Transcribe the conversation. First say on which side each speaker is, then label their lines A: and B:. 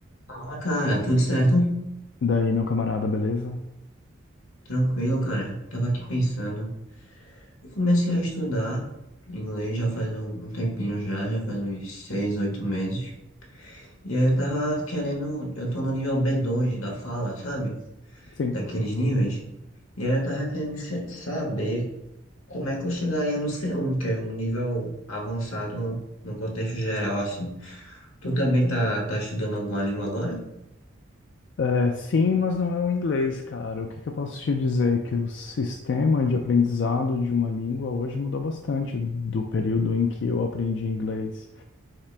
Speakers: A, on the left; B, on the left.
A: Fala, cara, tudo certo?
B: Daí, meu camarada, beleza?
A: Tranquilo, cara. Tava aqui pensando. Eu comecei a estudar inglês já faz um um tempinho já, já faz uns seis, oito meses. E aí eu tava querendo, eu tô no nível b dois da fala, sabe?
B: Sim.
A: Daqueles níveis. E aí eu tava querendo se- saber como é que eu chegaria no c um que é um nível avançado no contexto geral, assim. Tu também tá, tá estudando alguma língua agora?
B: É, sim, mas não é o inglês, cara. O que que eu posso te dizer? Que o sistema de aprendizado de uma língua hoje mudou bastante do período em que eu aprendi inglês.